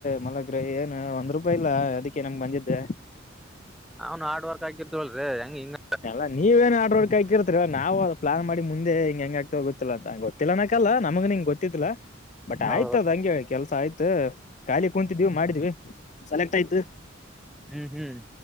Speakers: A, on the left; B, in the centre.
A: ಮಲಗ್ರ ಏನ್ ಒಂದ್ ರೂಪಾಯಿ ಇಲ್ಲ ಅದಕ್ಕೆ ನಿನಗೆ ಬಂದಿದ್ದು
B: ಅವ್ನ್ ಹಾರ್ಡ್ ವರ್ಕ್ ಆಗಿರ್ತವಲ್ರಿ ಹೆಂಗ ಹಿಂಗ
A: ಎಲ್ಲ ನೀವೇನ್ ಆಡ್ರೋಡ್ಕ ಹಕಿರ್ತ್ರಿ ನವು ಪ್ಲಾನ್ ಮಾಡಿ ಮುಂದೆ ಹೆಂಗಗೆ ಆಗ್ತ ಗೊತ್ತಿಲ್ಲ ಅ ಗೊತ್ತಿಲ್ಲ ನಮಗೆ ಗೊತ್ತಿದಿಲ್ಲ ಬಟ್
B: ಹೌದು
A: ಆಯ್ತ ಅದ್ ಹಂಗೆ ಕೆಲ್ಸ ಆಯ್ತು ಖಾಲಿ ಕುೂಂತಿದೀವಿ ಮಾಡಿದ್ವಿ ಸೆಲೆಕ್ಟ್ ಆಯ್ತು
B: ಹ್ಮ್ ಹ್ಮ್